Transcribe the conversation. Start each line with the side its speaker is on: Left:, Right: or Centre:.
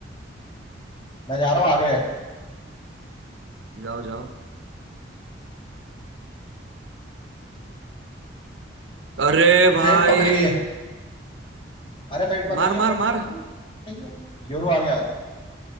Left: मैं जा रहा हूँ आगे
Right: जाओ जाओ अरे भाई
Left: पेट पकड़ी है अरे पेट पकड़िए
Right: मार मार
Left: पेट
Right: मार
Left: पकड़िए ठीक है, यूरो आ गया